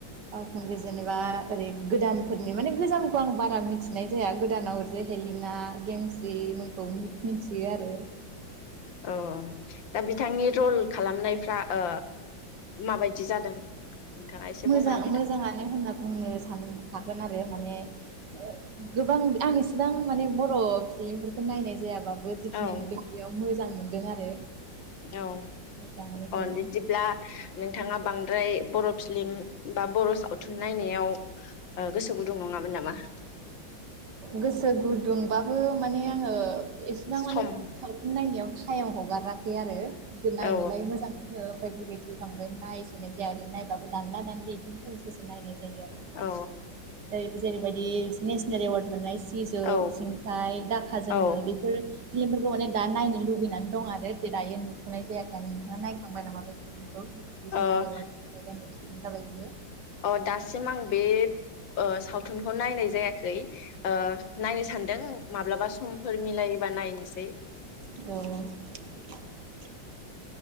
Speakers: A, on the right; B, on the left.
A: फावखुंग्रि जेनेबा ओरै गोदानफोरनि माने गोजामखौ आं बारा मिथिनाय जाया गोदानाव जे हेलिना गेमस्रिमोनखौ मि-मिथियो आरो
B: औ दा बिथांनि रल खालामनायफ्रा ओ माबायदि जादों? नोंथाङा एसे
A: मोजां
B: बुंनानै होदो
A: मोजाङानो होनना बुंनो सानहाखागोन आरो माने ओ गोबां आं इसेबां माने बर' फिलिमफोरखौ नायनाय जायाबा बो जिखिनि
B: औ
A: नुदों बेयाव मोजां नु दों आरो
B: औ
A: मोजाङानो जायो
B: अन बिदिब्ला नोंथाङा बांद्राय बर' फिलिम बा बर' सावथुन नायनायाव ओ गोसो गुदुं नङामोन नामा? <inaudible>
A: गोसो गुदुंबाबो माने आङो एसेबां माने
B: सम
A: सावथुन नायनायाव सायाव हगाराखै आरो। नायनोलाय
B: औ
A: मोजां मोनो ओमफ्राय बिबायदि बि बांद्राय नायसुनाय जाया आरैनो नायबाबो दानला दानलि बिदिनो ससे ससे नायनाय जायो आरो
B: औ
A: ओरैबो जेरैबायदि नेसनेल ऐवरत मोननाय सिजौ
B: औ
A: सिंखाय दाखा जोमै
B: औ
A: बेफोरो फिलिमफोरखौ माने दा नायनो लुगैनानै दं आरो दायो नुथ'नाय जायाखै आरो नोंथाङा नायखांबाय नामा बे फिल्मखौ। खौ जोंहा
B: ओ
A: ऐवरत मोनलायनाय जाबाय बियो।
B: अ दासिम आं बे ओ सावथुनखौ नायनाय जायाखै ओ नायनो सानदों माब्लाबा समफोर मिलायोबा नायनोसै।
A: औ।